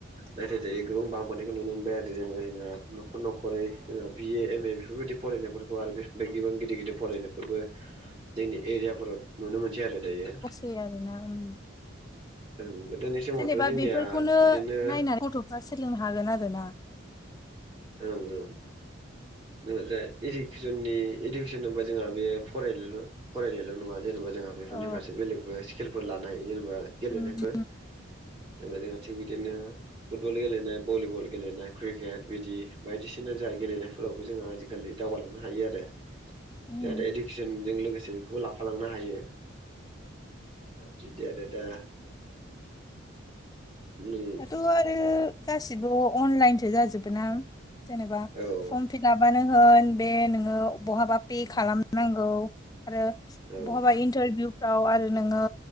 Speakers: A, on the right (about 25°); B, on the left (about 20°).
A: नायथाय दायो गो गोबां बांबोनायखौ नुनो मोनबाय आरो जेनेबा जोंहा न'खर न'खरै जोंहा बिए एम ए बेफोरबायदि फरायनायफोरखौ आरो बेफोर गोबां गिदिर गिदिर फरायनायफोरबो जोंनि एरियाफोराव नुनो मोनसै आरो दायो
B: ए आरो ना उम
A: ओं गोदोनि समावथ'
B: जेनेबा
A: जोंनिया
B: बेफोरखौनो
A: बिदिनो
B: नायनानै गथ'फ्रा सोलोंनो हागोन आरो ना
A: ओं ओं बेयावथ इडुकेसननि इडुकेसन होनबा जोंहा बेयो फरायनायल' फरायनायल नङा जेनेबा जोंहा बेफोरनि
B: औ
A: फारसे बेलेग बे स्किलफोर लानो हायो जेनेबा गेलेनायफोर
B: उम
A: जेनबा जोंङो थिग बिदिनो फुटबल गेलेनाय भलिबल गेलेनाय क्रिकेट बिदि बायदिसिना जाहा गेलेनायफोरावबो जोंहा आजिखालि दावगालांनो हायो आरो जाहाथे
B: उम
A: इडुकेसनजों लोगोसे बेखौबो लाफालांनो हायो दा बिदि आरो दा नों
B: दाथ' आरो गासिबो अनलाइनसो जाजोबो ना जेनेबा
A: औ
B: फर्म फिलाप आनो होन बे नोङो बहाबा पे खालामनांगौ आरो
A: औ
B: बहाबा इन्टारभिउफ्राव आरो नोङो